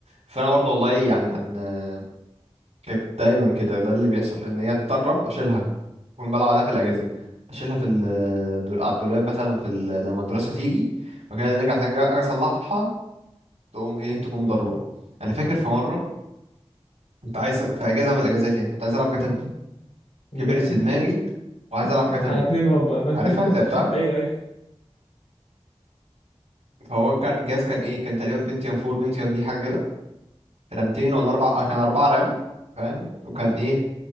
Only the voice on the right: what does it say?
فانا برضو والله يعني كان آه، كانت دايما كده ده اللي بيحصل ان هي تتطرب اشيلها كنت بلعب عليها في الاجازه اشيلها في ال- الدول- على الدولاب مثلا في ال- لما الدراسه تيجي وكده نرجع تاني أجي اصلحها تقوم ايه تقوم ضربة انا فاكر في مرة كنت عايز في اجازة من الاجازات يعني كنت عايز العب جاتا في
كبرت في دماغي وعايز العب
جاتا
في
عارفها
لعبتها
فهو كا- الجهاز كان ايه كان تقريبا بنتيوم 4 بنتيوم دي حاجة كده رامتين ولا اربعة آه، كان اربعة رام فاهم وكان ايه